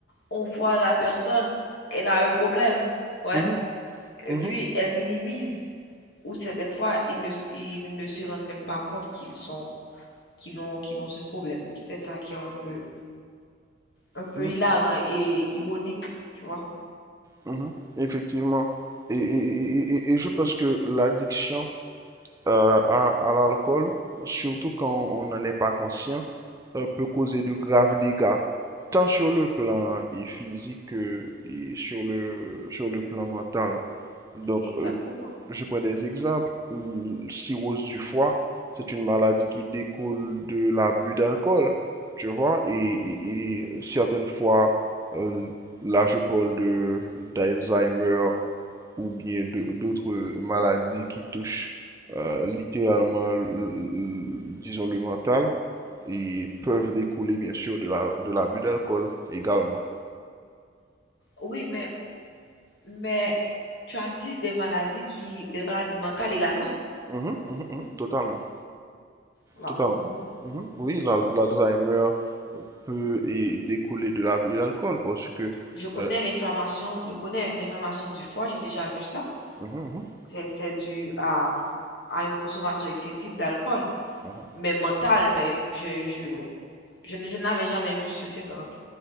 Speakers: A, on the left; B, on the right.
A: On voit la personne, elle a un problème, ouais.
B: mhm,
A: Et
B: mhm,
A: puis elle minimise ou certaines fois ils ne s- ils ne se rendent même pas compte qu'ils sont qu'ils ont qu'ils ont ce problème. C'est ça qui est un peu un peu
B: mhm,
A: hilarant et ironique, tu vois?
B: mhm. Effectivement. Et, et- et- et- et je pense que l'addiction euh, à, à l'alcool, surtout quand on n'en est pas conscient, euh, peut causer de graves dégâts, tant sur le plan et physique que et sur le, sur le plan mental. Donc,
A: Exactement.
B: euh, je prends des exemples. Hum, cirrhose du foie, c'est une maladie qui découle de l'abus d'alcool, tu vois, et, et-
A: Mhm,
B: et certaines fois, euh, là je parle de d'Alzheimer ou bien de- d'autres euh, maladies qui touchent euh, littéralement, l- l- disons, le mental et
A: mhm.
B: peuvent découler, bien sûr, de la, de l'abus d'alcool également.
A: Oui, mais Mais tu as dit des maladies qui, des maladies mentales également?
B: Mhm, mhm, mhm, totalement,
A: Bah,
B: totalement.
A: hmm.
B: Mhm. Oui, l'al- l'Alzheimer peut et découler de l'abus d'alcool parce que...
A: Je connais
B: euh,
A: l'inflammation, je connais l'inflammation du foie, j'ai déjà vu ça.
B: mhm, mhm,
A: C'est, c'est dû à, à une consommation excessive d'alcool,
B: mhm.
A: mais mentale, mais je, je, bon, je, ne- je n'avais jamais vu sur cet angle.